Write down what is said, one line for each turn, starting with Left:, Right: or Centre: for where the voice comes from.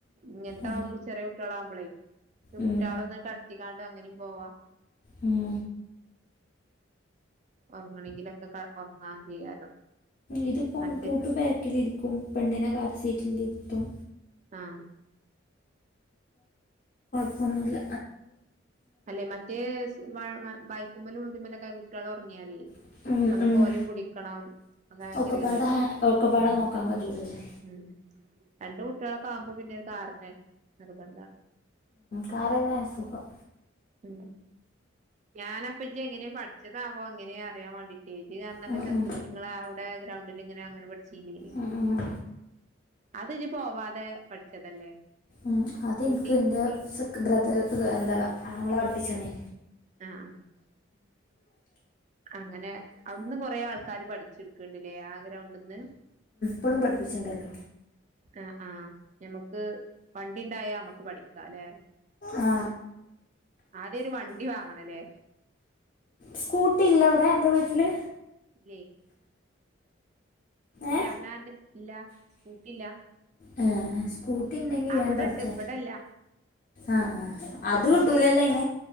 Right: ഇങ്ങനത്താവുമ്പ
Left: ആ.
Right: ചെറിയ കുട്ട്യേലാവുമ്പളെ ഒരു കുട്ടികളെ
Left: ഉം.
Right: ഒന്ന് കടത്തിക്കാണ്ട് അങ്ങനേം പോവാ.
Left: ഉം
Right: ഒറങ്ങണമെങ്കിലൊക്കെ ഒറങ്ങാൻ ചെയ്യാലോ
Left: ഇതിപ്പോം
Right: മറ്റേ
Left: ടൂ ടു ബാക്കിലിരിക്കും പെണ്ണിനെ കാർ സീറ്റിലിരുത്തും
Right: ആഹ്
Left: വന്നില്ല
Right: അല്ലെ മറ്റേ <inaudible> വായിക്കുമ്പലും തുമ്മലൊക്കെ കുട്ടികൾ ഒറങ്ങിയാലേ
Left: പോവും
Right: നമുക്ക് ഓലയും പുടിക്കണം അത് ഭയങ്കര
Left: ഒക്കെപ്പാടെ
Right: കതിടല്ലേ
Left: ഹാ- ഒക്കെപ്പാടെ
Right: ഉം
Left: നോക്കാൻ കഴിയൂലല്ലേ
Right: ഉം രണ്ട് കുട്ടികളൊക്കെ ആവുമ്പോ പിന്നെ ഒരു കാറിന് നിർബന്ധാണ്
Left: കാർ തന്നെ സുഖം
Right: ഉം ഞാന അപ്പ ഇജ്ജ് എങ്ങനെയെ പഠിച്ചതാ വോ എങ്ങനെ അറിയാൻ വേണ്ടിട്ടേ ഈ അന്നൊക്കെ
Left: ഉം,
Right: ചെുപ്പത്തില്ഇങ്ങളെ
Left: ഉം,
Right: അവടെ ഗ്രൗ ഇങ്ങനെ അങ്ങനെ പഠിചീല്ലേനോ
Left: ഉം, ഉം.
Right: അത് ഇജ്ജ് പോവാതെ പഠിച്ചതല്ലേ
Left: ഉം അത്
Right: സ്കൂട്ടി
Left: എനിക്ക് എന്റെ ബ്രതർ എന്താ ആങ്ങളെ പഠിപ്പിച്ചന്നെ
Right: ആ ആ അങ്ങനെ അവിടുന്ന് കൊറെേ ആൾക്കാാര് പഠിച്ചെടുക്ക്ണ്ട്ല്ലേ ആ ഗ്രൗണ്ടന്ന്
Left: ഇപ്പളും പഠപ്പിച്ചിുണ്ടല്ലോ
Right: ആ ആ ഞമ്മുക്ക് വണ്ടിണ്ടായാ നമ്മക്ക് പഠിക്കാല്ലേ
Left: ആ
Right: ആദ്യ ഒരു വണ്ടി വാങ്ങണല്ലേ
Left: സ്കൂട്ടി ഇല്ല അവിടെ അന്റെ വീട്ടില്.
Right: ഇല്ലയ് അല്ലെ
Left: ഏ
Right: അവനാന്റെ ഇല്ല സ്കൂട്ടി ഇല്ല
Left: ആ കൂട്ടി ഉണ്ടെങ്കി
Right: അവിടെണ്ട്
Left: വേൻ പഠിച്ച
Right: ഇവിടെല്ല
Left: ആഅ അത് കിട്ടൂലല്ലോ അയിൻ